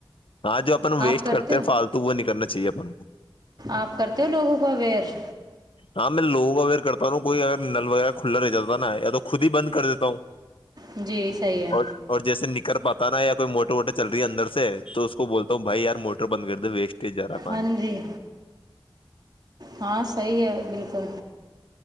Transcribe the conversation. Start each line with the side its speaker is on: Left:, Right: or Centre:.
Left: ہاں جو اپن ویسٹ
Right: آپ
Left: کرتے ہیں
Right: ہو
Left: فالتو وہ نہیں کرنا چاہیے اپن کو
Right: آپ کرتے ہو لوگوں کو اویئر
Left: ہاں میں لوگ آھر کرتا ہوں کوئی اگر نل وغیرہ کھلا رہ جاتا نا یا تو خود ہی بند کر دیتا ہوں
Right: جی صحیح ہے
Left: اور اور جیسے نکر پت نا یا کوئی موٹے ووٹے چل رہی ہے اندر سے تو اس کو بولتا ہوں بھائییار موٹر بند کر د ویسٹ ت جرا پانی
Right: ہاں جی ہاں صحیح ہے بالکل